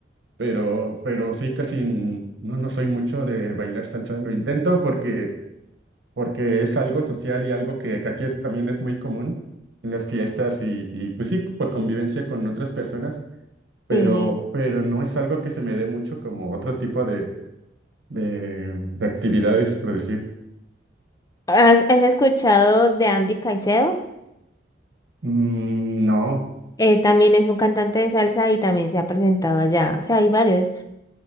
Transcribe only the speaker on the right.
pero, pero sí casi n- no, no soy mucho de bailar salsa, lo intento porque, porque es algo social y algo que, que aquí es, también es muy común en las fiestas y, y pues sí, por convivencia con otras personas pero,
pero no es algo que se me dé mucho como otro tipo de, de, de actividades, por decir.
Mm, no,